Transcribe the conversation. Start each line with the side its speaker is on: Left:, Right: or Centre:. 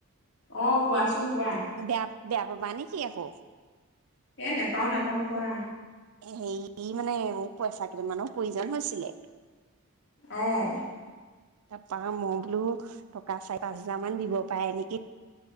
Left: অ' কোৱাচোন কোৱা
Right: বেয়া বেয়া পাবা নি? কি আকৌ-
Left: এ নেপাও নাপাও কোৱা।
Right: এ হেৰি মানে মোক পইচা কেইটামানৰ প্ৰয়োজন হৈছিলে।
Left: অহ।
Right: তাৰাপা মই বোলো টকা চাৰি, পাঁচ হাজাৰ মান দিব পাৰে নিকি,